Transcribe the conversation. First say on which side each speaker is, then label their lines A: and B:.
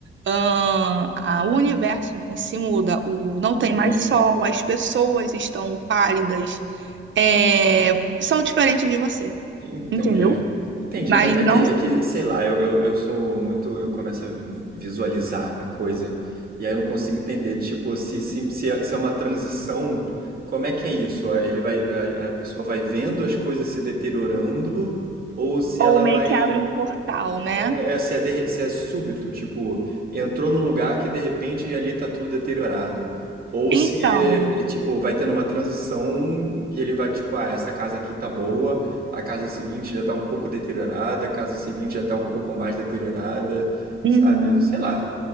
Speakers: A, on the right; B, on the right.
A: ahn, a- o universo em si muda, o, não tem mais
B: Sim,
A: sol, as pessoas estão pálidas, é, são diferentes de você,
B: entendi.
A: entendeu?
B: Entendi,
A: Mas
B: mas é
A: não
B: que, é que, sei lá, eu, eu, eu sou muito. Eu começo a vi- visualizar a coisa. E aí eu não consigo entender, tipo, se, se, se é se é uma transição, como é que é isso? Ah, Ele vai, a, a pessoa vai vendo as coisas se deteriorando, ou se
A: Ou
B: ela
A: meio
B: vai.
A: que abre um portal, né?
B: É, é, se é, de- se é súbito, tipo, entrou num lugar que de repente ali tá tudo deteriorado. Ou
A: Então,
B: se é, é, tipo, vai tendo uma transição e ele vai, tipo, ah, essa casa aqui tá boa, a casa seguinte já tá um pouco deteriorada, a casa seguinte já tá um pouco mais deteriorada,
A: uhum.
B: sabe? Sei lá,